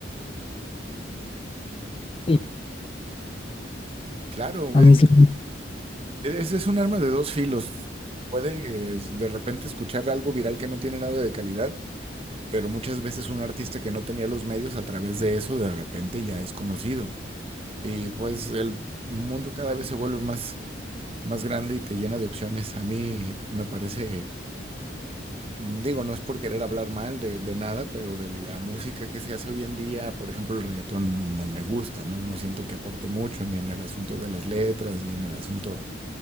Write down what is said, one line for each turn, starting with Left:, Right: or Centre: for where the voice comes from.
Left: Y
Right: Claro, güey,
Left: a mí
Right: mi-
Left: sí.
Right: e- ese es un arma de dos filos. Puedes de repente escuchar algo viral que no tiene nada de calidad, pero muchas veces un artista que no tenía los medios a través de eso de repente ya es conocido. Y pues el mundo cada vez se vuelve más más grande y te llena de opciones. A mí me parece, mm, digo, no es por querer hablar mal de, de nada, pero de la música que se hace hoy en día, por ejemplo, el reggaetón no me gusta, ¿no? No siento que aporte mucho, ni en el asunto de las letras, ni en el asunto